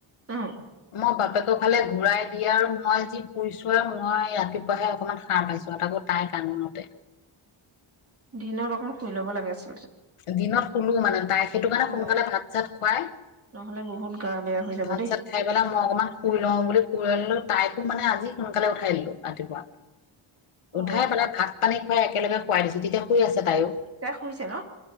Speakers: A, on the right (about 30°); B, on the left (about 80°).
A: অ
B: মই বাপেক ত ফালে ঘূৰাই দিয়ে আৰু মই যি শুইছো আৰু মই ৰাতিপুৱাহে অকমান সাৰ পাইছো আও তাকো তাই কান্দোনতে।
A: দিনত অকণ শুই ল'ব লাগা আছিল।
B: দিনত শুলো। মানে তাই সেইটো কাৰণে সোনকালে
A: অ
B: ভাত চাত খুৱাই
A: নহ'লে বহুত গা বেয়া হৈ যাব
B: ভাত
A: দেই।
B: চাত খাই পেলাই মই অকণমান শুই লওঁ বুলি কুৰাই দিলোঁ, তাইকো মানে আজি সোনকালে উঠাই দিলো ৰাতিপুৱা।
A: অ',
B: উঠাই পেলাই ভাত পানী হয় একেলগে শুৱাই দিছো তেতিয়া শুই আছে তাইও।
A: তাই শুইছে ন?